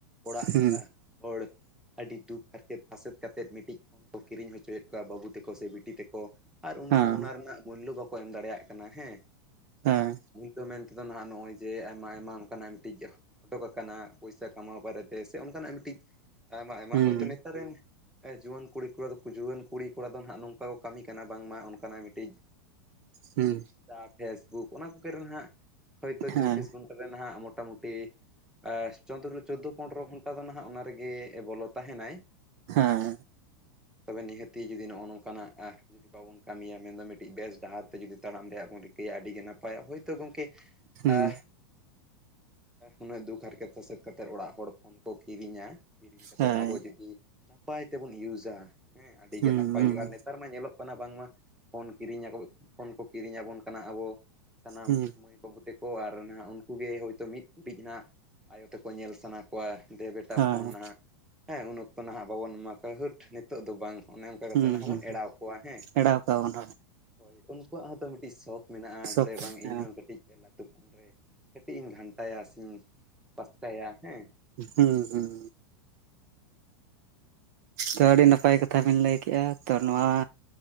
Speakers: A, in the centre; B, on the right.
A: ᱚᱲᱟᱜ
B: ᱦᱩᱸ
A: ᱦᱚᱲ ᱟᱹᱰᱤ ᱫᱩᱠ ᱦᱟᱨᱠᱮᱛ ᱯᱷᱟᱥᱮᱛ ᱠᱟᱛᱮᱫ ᱢᱤᱫᱴᱤᱡ, ᱯᱷᱳᱱ ᱠᱚ ᱠᱤᱨᱤᱧ ᱦᱚᱪᱚᱭᱮᱫ ᱠᱚᱣᱟ ᱾ᱵᱟᱹᱵᱩ ᱛᱟᱠᱚ ᱥᱮ ᱵᱤᱴᱤ ᱛᱮᱠᱚ ᱟᱨ ᱩᱱᱠᱩ
B: ᱦᱮᱸ
A: ᱚᱱᱟ ᱨᱮᱱᱟᱜ ᱢᱩᱞᱞᱚ ᱵᱟᱠᱚ ᱮᱢ ᱫᱟᱲᱮᱭᱟᱜ ᱠᱟᱱᱟ᱾ ᱦᱮᱸ
B: ᱦᱮᱸ
A: ᱫᱚ ᱢᱮᱱᱛᱮ ᱫᱚ ᱱᱟᱦᱟᱜ ᱱᱚᱜᱼᱚᱭ ᱡᱮ, ᱟᱭᱢᱟ - ᱟᱭᱢᱟ ᱚᱱᱠᱟᱱᱟᱜ ᱢᱤᱫᱴᱤᱡ ᱯᱷᱳᱴᱳ ᱠᱟ᱾ ᱠᱟᱱᱟ ᱯᱚᱭᱥᱟ ᱠᱟᱢᱟᱣ ᱵᱟᱨᱮᱛᱮ ᱾ ᱥᱮ ᱚᱱᱠᱟᱱᱟᱜ ᱢᱤᱫᱴᱤᱡ ᱟᱭᱢᱟ - ᱟᱭᱢᱟ
B: ᱦᱩᱸ
A: ᱦᱚᱭᱛᱳ ᱱᱮᱛᱟᱨ ᱨᱮᱱ ᱡᱩᱣᱟᱹᱱ ᱠᱩᱲᱤ ᱠᱚᱲᱟ ᱡᱩᱣᱟᱹᱱ ᱠᱩᱲᱤ ᱠᱚᱲᱟ ᱾ ᱫᱚ ᱦᱟᱜ ᱱᱚᱝᱠᱟ ᱠᱚ ᱠᱟᱹᱢᱤ ᱠᱟᱱᱟ ᱾ ᱵᱟᱝᱢᱟ ᱚᱱᱠᱟᱱᱟᱜ ᱢᱤᱫᱴᱤᱡ
B: ᱦᱩᱸ
A: ᱤᱱᱥᱴᱟ ᱯᱷᱮᱥᱵᱩᱠ ᱚᱱᱟ ᱠᱚ ᱠᱚᱨᱮ ᱱᱟᱦᱟᱜ, ᱦᱳᱭᱛᱳ
B: ᱦᱮᱸ
A: ᱪᱚᱵᱽᱵᱤᱥ ᱜᱷᱚᱱᱴᱟ ᱨᱮ ᱱᱟᱦᱟᱜ ᱢᱚᱴᱟᱢᱩᱴᱤ ᱮᱸ ᱪᱚᱫᱨᱚ ᱪᱳᱫᱽᱫᱳ ᱯᱚᱱᱨᱚ ᱜᱷᱚᱱᱴᱟ ᱫᱚ ᱱᱟᱦᱟᱜ, ᱚᱱᱟ ᱨᱮᱜᱮ ᱵᱚᱞᱚ ᱛᱟᱦᱮᱸᱱᱟᱭ᱾
B: ᱦᱮᱸ
A: ᱛᱚᱵᱮ ᱱᱤᱦᱟᱹᱛᱤ ᱡᱩᱫᱤ ᱱᱚᱜᱼᱚ ᱱᱚᱝᱠᱟᱱᱟᱜᱼ- ᱡᱩᱫᱤ ᱵᱟᱵᱚᱱ ᱠᱟᱹᱢᱤᱭᱟ᱾ ᱢᱮᱱᱫᱚ ᱢᱤᱫᱴᱤᱡ ᱵᱮᱥ ᱰᱟᱦᱟᱨ ᱛᱮ, ᱡᱩᱫᱤ ᱛᱟᱲᱟᱢ ᱨᱮᱭᱟᱜ ᱵᱚᱱ ᱨᱤᱠᱟᱹᱭᱟ᱾ ᱟᱹᱰᱤᱜᱮ ᱱᱟᱯᱟᱭᱟ᱾ ᱦᱳᱭᱛᱳ ᱜᱚᱝᱠᱮ
B: ᱦᱩᱸ
A: ᱟᱦ ᱩᱱᱟᱹᱜ ᱫᱩᱠ ᱦᱟᱨᱠᱮᱛ ᱥᱟᱥᱮᱛ ᱠᱟᱛᱮᱫ ᱚᱲᱟᱜ ᱦᱚᱲ ᱯᱷᱳᱱ ᱠᱚ ᱠᱤᱨᱤᱧᱟ ᱾ ᱠᱤᱨᱤᱧ ᱠᱟᱛᱮᱫ
B: ᱦᱮᱸ
A: ᱟᱵᱚ ᱡᱩᱫᱤ ᱱᱟᱯᱟᱭ ᱛᱮᱵᱚᱱ ᱤᱭᱩᱡᱟ ᱦᱮᱸ ᱟᱹᱰᱤ
B: ᱦᱩᱸ
A: ᱜᱮ ᱱᱟᱯᱟᱭ
B: ᱦᱩᱸ
A: ᱦᱩᱭᱩᱜᱼᱟ᱾ ᱱᱮ ᱱᱮᱛᱟᱨ ᱢᱟ ᱧᱮᱞᱚᱜ ᱠᱟᱱᱟ ᱾ ᱵᱟᱝᱢᱟ ᱯᱷᱳᱱ ᱠᱤᱨᱤᱧᱟ᱾ ᱯᱷᱳᱱ ᱠᱚ ᱠᱤᱨᱤᱧᱟᱵᱚᱱ ᱠᱟᱱᱟ ᱟᱵᱚ ᱥᱟᱱᱟᱢ
B: ᱦᱩᱸ
A: ᱢᱟᱹᱭ ᱵᱟᱹᱵᱩ ᱛᱮᱠᱚ, ᱟᱨ ᱱᱟᱦᱟᱜ ᱩᱱᱠᱩ ᱜᱮ ᱦᱳᱭᱛᱳ ᱢᱤᱫ ᱠᱩᱲᱤᱡ ᱱᱟᱦᱟᱜ, ᱟᱭᱳ ᱛᱮᱠᱚ ᱧᱮᱞ ᱥᱟᱱᱟ᱾ ᱠᱚᱣᱟ ᱫᱮ ᱵᱮᱴᱟ
B: ᱦᱮᱸ
A: ᱯᱷᱳᱱ ᱱᱟᱦᱟᱜ ᱦᱮᱸ ᱩᱱ ᱚᱠᱛᱚ ᱱᱟᱦᱟᱜ ᱵᱟᱵᱚᱱ ᱮᱢᱟ ᱠᱚᱣᱟ᱾ ᱦᱟᱹᱴ ᱱᱤᱛᱚᱜ ᱫᱚ ᱵᱟᱝ᱾ ᱚᱱᱮ ᱚᱱᱠᱟ ᱠᱟᱛᱮᱫ
B: ᱦᱩᱸ
A: ᱱᱟᱦᱟᱵ
B: ᱦᱩᱸ
A: ᱵᱚᱱ ᱮᱲᱟᱣ ᱠᱚᱣᱟ ᱦᱮᱸ
B: ᱮᱲᱟᱣ ᱠᱟᱜ ᱵᱚᱱ
A: ᱦᱳᱭ ᱩᱱᱠᱩᱣᱟᱜ ᱦᱚᱸᱛᱚ ᱢᱤᱫᱴᱤᱡ ᱥᱚᱠᱷ ᱢᱮᱱᱟᱜᱼᱟ᱾
B: ᱥᱚᱵ
A: ᱡᱮ ᱵᱟᱝ
B: ᱦᱮᱸ
A: ᱤᱧᱦᱚᱸ ᱠᱟᱹᱴᱤᱡ ᱞᱟᱹᱴᱩ ᱯᱷᱚᱱ ᱨᱮ ᱠᱟᱹᱴᱤᱡ ᱤᱧ ᱜᱷᱟᱱᱴᱟᱭᱟ᱾ ᱥᱮᱧ ᱯᱟᱥᱠᱟᱭᱟ ᱦᱮᱸ᱾
B: ᱦᱩᱸ ᱦᱩᱸ ᱛᱚ ᱟᱹᱰᱤ ᱱᱟᱯᱟᱭ ᱠᱟᱛᱷᱟ ᱵᱤᱱ ᱞᱟᱹᱭ ᱠᱮᱫᱼᱟ᱾ ᱛᱚ ᱱᱚᱣᱟ